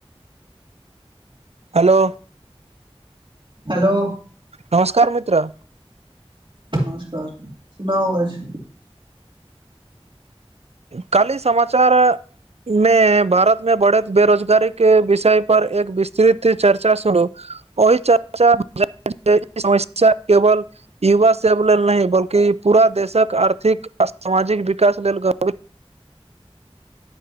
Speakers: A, on the right; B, on the right.
A: हलो
B: हेलो
A: नमस्कार मित्र
B: नमस्कार सुनाउ आज
A: काल्हि समाचार अ मेंय भारत मे बढ़ैत बेरोजगारी के बिषय पर एक विस्तृत चर्चा सुनू ओहि चर्चा <unintelligible> समस्या केवल युवा सेव लेल नहि बल्कि पूरा देशक आर्थिक आ सामाजिक विकास लेल <unintelligible>